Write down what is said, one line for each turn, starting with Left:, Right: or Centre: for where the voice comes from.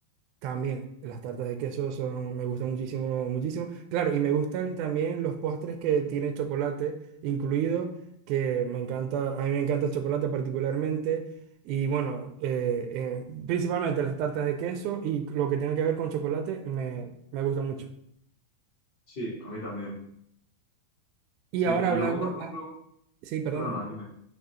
Right: también las tartas de queso son, me gustan muchísimo, muchísimo. Claro, y me gustan también los postres que tienen chocolate incluido, que me encanta, a mí me encanta el chocolate particularmente. Y bueno, eh, eh, principalmente las tartas de queso y lo que tenga que ver con chocolate me, me gusta mucho.
Left: Sí, a mí también.
Right: Y
Left: Sí,
Right: ahora
Left: y luego,
Right: hablando...
Left: por ejemplo,
Right: ah, sí, perdona.
Left: perdona, dime.